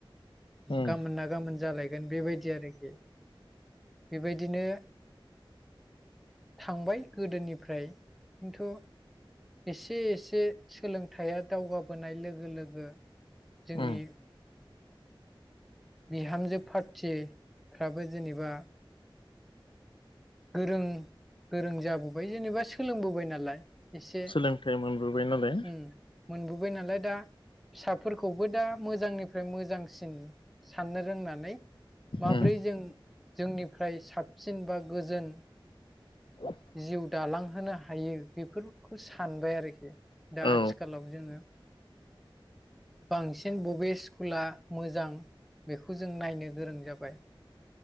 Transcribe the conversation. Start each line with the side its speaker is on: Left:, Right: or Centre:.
Left: उम
Centre: गाबोन ना गाबोन जालायगोन बेबायदि आरोखि बेबायदिनो थांबाय गोदोनिफ्राय खिन्थु एसे एसे सोलोंथाइया दावगाबोनाय लोगो लोगो जोंनि
Left: उम
Centre: बिहामजो पार्टिफ्राबो जेनेबा गोरों गोरों जाबोबाय जेनेबा सोलोंबोबाय नालाय एसे
Left: सोलोंथाइ मोनबोबाय नालाय
Centre: उम मोनबोबाय नालाय दा फिसाफोरखौबो दा मोजांनिफ्राय मोजांसिन साननो रोंनानै माब्रै
Left: उम
Centre: जों जोंनिफ्राय साबसिन बा गोजोन
Left: <inaudible>
Centre: जिउ दालांहोनो हायो बेफोरखौ सानबाय आरोखि दा
Left: औ
Centre: आथिखालाव जोङो बांसिन बबे स्कुला मोजां बेखौ जों नायनो गोरों जाबाय